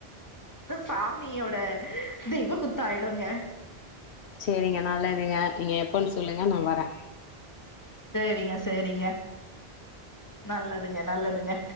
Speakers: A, on the left; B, on the left.
A: சாமியோட தெய்வக்குத்தோ ஆயிடுங்க
B: சேரிங்க நல்லதுங்க நீங்க எப்போன்னு சொல்லுங்க நா வரேன்
A: சேரிங்க சேரிங்க நல்லதுங்க நல்லதுங்க